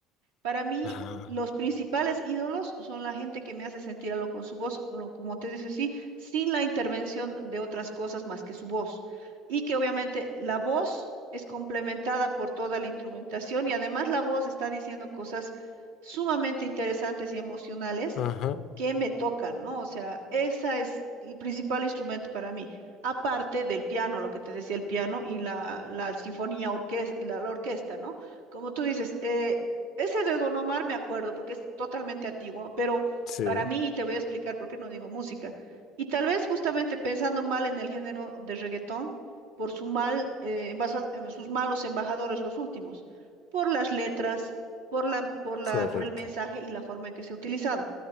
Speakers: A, on the right (about 85°); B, on the left (about 60°).
A: Para mí,
B: ajá,
A: los principales ídolos son la gente que me hace sentir algo con su voz, como como te dice, sí, sin la intervención de otras cosas más que su voz. Y que obviamente la voz es complementada por toda la instrumentación y además la voz está diciendo cosas sumamente interesantes y emocionales
B: ajá,
A: que me tocan, ¿no? O sea, esa es el principal instrumento para mí, aparte del piano, lo que te decía el piano y la, la sinfonía, orques- la, la orquesta, ¿no? Como tú dices, eh, ese de Don Omar me acuerdo porque es totalmente antiguo, pero
B: sí,
A: para mí, y te voy a explicar por qué no digo música, y tal vez justamente pensando mal en el género de reggaetón, por su mal, eh, embasa- eh, sus malos embajadores los últimos, por las letras, por la, por la,
B: correcto,
A: por el mensaje y la forma en que se ha utilizado.